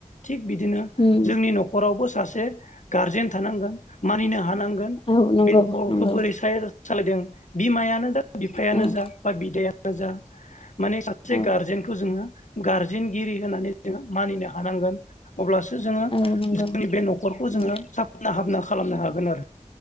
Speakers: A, on the left; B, on the left.
A: थिग बिदिनो
B: उम
A: जोंनि न'खरावबो सासे गारजेन थानांगोन मानिनो हानांगोन
B: औ नंगौ
A: बे न'खरखौ
B: नंगौ
A: बोरै <unintelligible> सालायदों बिमायानो जा बिफायानो
B: औ
A: जा बा बिदायानो जा माने सासे
B: औ
A: गारजेनखौ जोङो गारजेनगिरि होननानै जोङो मानिनो हानांगोन। अब्लासो जोङो
B: औ नंगौ
A: जोंनि बे नखरखौ जोङो
B: उम
A: <unintelligible> हाबना खालामनो हागोन आरो